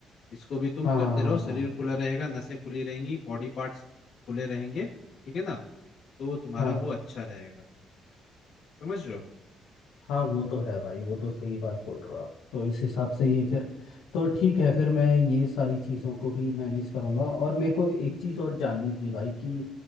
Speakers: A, on the left; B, on the left.
A: इसको भी तुम
B: हाँ
A: करते
B: हाँ
A: रहो
B: हाँ
A: शरीर
B: हाँ
A: खुला रहेगा नसें खुली रहेंगी बॉडी पार्ट्स खुले रहेंगे ठीक है ना तो तुम्हारा
B: हाँ।
A: वो अच्छा रहेगा समझ रहे हो
B: हाँ वो तो है भाई वो तो सही बात बोल रहे हो आप तो इस हिसाब से ये फिर तो ठीक है फिर मैं ये सारी चीज़ों को भी मैनेज करूँगा और मेरे को एक चीज़ और जाननी थी भाई कि